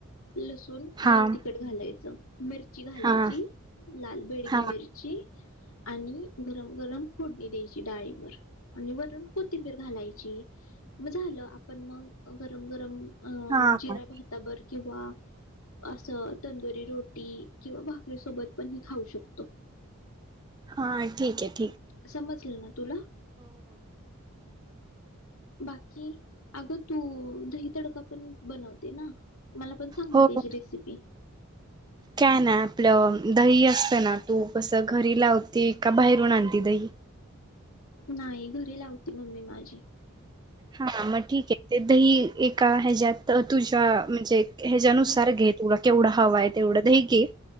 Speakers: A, on the left; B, on the right.
A: लसूण,
B: हां
A: लाल तिखट घालायचं. मिरची घालायची.
B: हां
A: लाल बेड
B: हां
A: ती मिर्ची आणि गरम, गरम फोडणी द्यायची डाळीवर आणि वरून कोथिंबीर घालायची. मग झालं आपण मग गरम, गरम अं
B: हां
A: जिरा भाताबर किंवा असं तंदुरी रोटी किंवा भाकरी सोबत पण हे खाऊ शकतो. तो
B: हां ठीकय.
A: समजलं ना तुला? बाकी अगं तू दही तडका पण बनवते ना? मला पण सांग
B: हो
A: ना
B: हो
A: त्याची रेसिपी.
B: काय नाही आपलं दही असतं ना, तू कस घरी लावते का बाहेरून आणती दही?
A: नाही घरी लावती मम्मी माझी.
B: हा मग ठीक आहे. ते दही एका ह्याज्यात तुझ्या म्हणजे ह्याज्या नुसार घे तुला केवढ हव आहे तेवढं दही घे.